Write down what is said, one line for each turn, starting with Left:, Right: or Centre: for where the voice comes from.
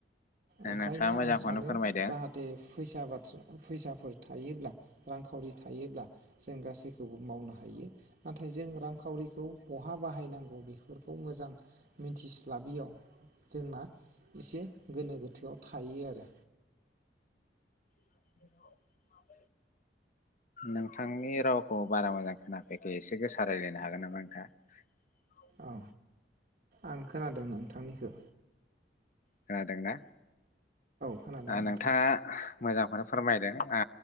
Right: ओंखायनो
Left: नोंथाङा मोजांखौनो
Right: आं सानो
Left: फोरमायदों
Right: जाहाथे फैसा बाथ्रा फैसाफोर थायोब्ला रांखावरि थायोब्ला जों गासैखौबो मावनो हायो नाथाय जों रांखावरिखौ बहा बाहायनांगौ बेफोरखौ मोजां मिथिस्लाबियाव जोंना एसे गोनो गोथ थोआव थायो आरो
Left: <inaudible> नोंथांनि रावखौ बारा मोजां खोनाफैयाखै एसे गोसा रायज्लायनो हागोन नामा नोंथाङा।
Right: औ आं खोनादों नोंथांनिखो
Left: खोनादोंना।
Right: खोनादों
Left: ओ
Right: नोंथां
Left: नोंथाङा मोजां खौनो फोरमायदों ओ